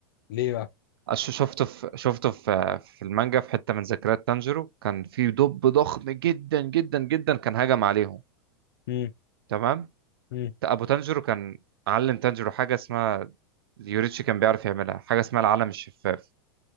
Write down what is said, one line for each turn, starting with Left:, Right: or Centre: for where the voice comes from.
Left: ليه بقى
Right: أش- شفته في شفته في في المانجا في حته من ذكريات تانجيرو كان في دب ضخم جدا جدا جدا كان هجم عليهم
Left: امم
Right: تمام
Left: امم
Right: ابو تانجيرو كان علم تانجيرو حاجه اسمها يوريتشي كان بيعرف يعملها حاجه اسمها العالم الشفاف